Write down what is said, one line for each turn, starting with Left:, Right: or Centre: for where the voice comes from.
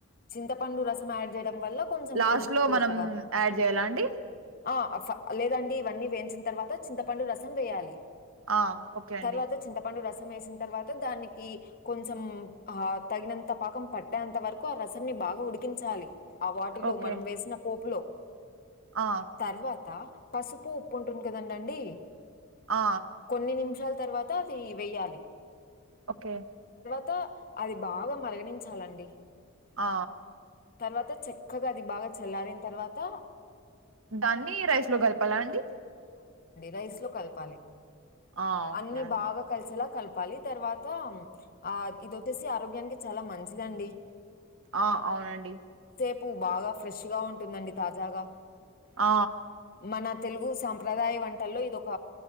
Left: చింతపండు రసం యాడ్ చేయడం వల్ల కొంచెం
Right: లాస్ట్
Left: పులుపు
Right: లో
Left: పులుపుగా
Right: మనం యాడ్ చేయాలా అండి
Left: ఆ ఫా లేదండి ఇవన్నీ వేయించిన తర్వాత చింతపండు రసం వేయాలి
Right: ఆ ఓకే అండి
Left: తర్వాత చింతపండు రసం వేసిన తర్వాత దానికి కొంచెం ఆ తగినంత పాకం పట్టేంత వరకు ఆ రసం ని బాగా బాగా ఉడికించాలి ఆ వాటిలో
Right: ఓకే
Left: మనం వేసిన పోపులో
Right: ఆ
Left: తర్వాత పసుపు ఉప్పు ఉంటుంది కదండండి
Right: ఆ
Left: కొన్ని నిమిషాలు వషాల తర్వాత అది వెయ్యాలి
Right: ఓకే
Left: అంత అది బాగా మర్గనించాలి అండి
Right: ఆ
Left: తర్వాత చక్కగా అది బాగా చల్లారిన తర్వాత
Right: దాన్ని రైస్ లో కలపాల అండి
Left: రైస్ లో కలపాలి
Right: ఆ ఓకే
Left: అన్ని
Right: అండి
Left: బాగా కలిసేలా కల్ప పాలి తర్వాత ఆ ఇది వచ్చేసి ఆరోగ్యానికి చాలా మంచిదండి
Right: ఆ అవునండి
Left: పు బాగా ఫ్రెష్గా ఉంటుందండి తాజాగా
Right: ఆ
Left: మన తెలుగు సాంప్రదాయ వంటల్లో ఇదొక